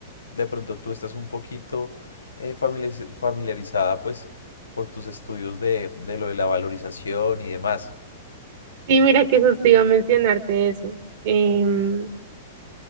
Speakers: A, on the left (about 80°); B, on the right (about 55°).
A: de pronto tú estás un poquito eh, familiariz- familiarizada pues por tus estudios de, de lo de la valorización y demás.
B: Sí, mira que justo iba a mencionarte eso. Em,